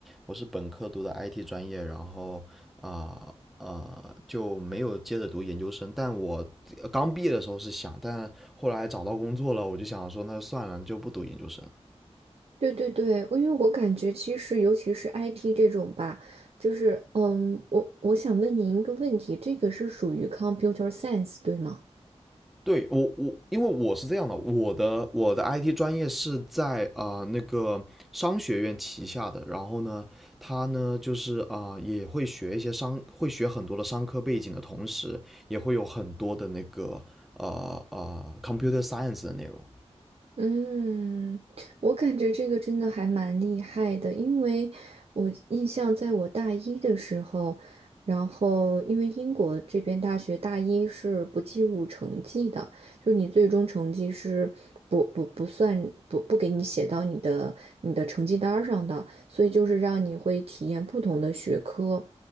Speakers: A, in the centre; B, on the right.
A: 我是本科读的 IT 专业，然后啊呃就没有接着读研究生，但我呃刚毕业的时候是想，但后来找到工作了，我就想说那就算了，就不读研究生。
B: 对对对，因为我感觉其实，尤其是 IT 这种吧，就是嗯，我我想问您一个问题，这个是属于 computer science 对吗？
A: 对我我，因为我是这样的，我的我的 IT 专业是在啊、呃那个商学院旗下的，然后呢，他呢就是啊、呃也会学一些商，会学很多的商科背景的同时，也会有很多的那个呃呃 computer science 的内容。
B: 嗯，我感觉这个真的还蛮厉害的，因为我印象在我大一的时候，然后因为英国这边大学大一是不计入成绩的，就是你最终成绩是不不不算不不给你写到你的你的成绩单儿上的，所以就是让你会体验不同的学科。